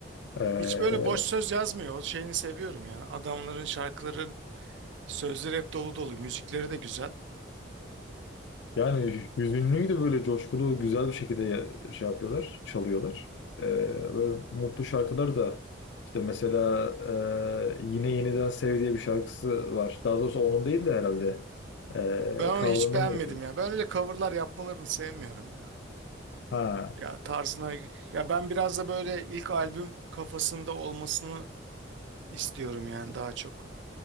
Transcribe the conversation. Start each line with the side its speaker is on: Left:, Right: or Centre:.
Left: Ee,
Right: Hiç böyle boş söz yazmıyor. O Şeyini seviyorum ya. Adamların şarkıların sözleri hep dolu dolu. Müzikleri de güzel.
Left: yani hüzünlüyü de böyle coşkulu güzel bir şekilde ya- şey yapıyorlar, çalıyorlar. Ee, böyle mutlu şarkılar da işte mesela e, Yine Yeniden Sev diye bir şarkısı var. Daha doğrusu onun değil de herhalde. Ee,
Right: Ben onu
Left: cover'ını
Right: hiç beğenmedim
Left: mı yapıyor?
Right: ya. Ben öyle coverlar yapmalarını sevmiyorum ya.
Left: Ha.
Right: Ya tarzına ya ben biraz da böyle ilk albüm kafasında olmasını istiyorum yani daha çok.